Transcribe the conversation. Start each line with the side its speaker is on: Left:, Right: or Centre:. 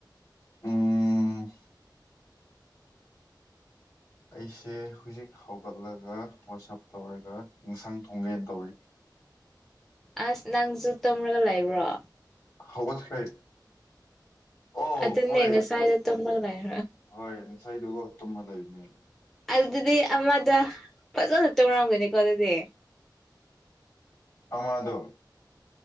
Left: ꯎꯝ ꯑꯩꯁꯦ ꯍꯧꯖꯤꯛ ꯍꯧꯒꯠꯂꯒ ꯋꯥꯆꯑꯞ ꯇꯧꯔꯒ ꯏꯟꯁꯥꯡ ꯊꯣꯡꯒꯦꯅ ꯇꯧꯔꯤ <inaudible>
Centre: ꯑꯁ ꯅꯪꯁꯨ ꯇꯨꯝꯔꯒ ꯂꯩꯕ꯭ꯔꯣ
Left: ꯍꯧꯒꯠꯈ꯭ꯔꯦ ꯑꯣ
Centre: ꯑꯗꯨꯅꯦ
Left: ꯍꯣꯏ
Centre: ꯉꯁꯥꯏꯗꯣ ꯇꯨꯝꯔꯒ ꯂꯩꯔ
Left: ꯍꯣꯏ ꯉꯁꯥꯏꯗꯨꯒꯣ ꯇꯝꯃ ꯂꯩꯕꯅꯦ
Centre: ꯑꯗꯨꯗꯤ ꯑꯃꯗꯣ ꯐꯖꯅ ꯇꯧꯔꯝꯒꯅꯤꯀꯣ ꯑꯗꯨꯗꯤ
Left: ꯑꯥ ꯃꯗꯣ